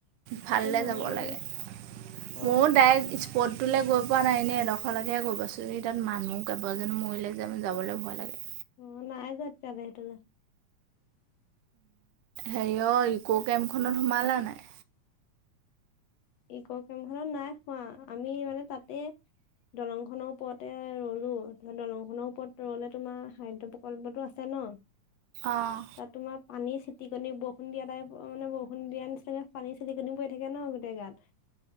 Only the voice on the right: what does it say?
ভালেদে
যাব
লাগে
ময়ো ডাইৰেক্ট স্পটটো গৈ পোৱা নাই ননে এডোখৰলৈকে গৈ পাইছো এই তাত মানুহ কেইবাজন মৰিলে যে যাবলৈ ভয় লাগে।
হেৰি অ' ইকো কেমখনত সোমালা নাই?
অঁ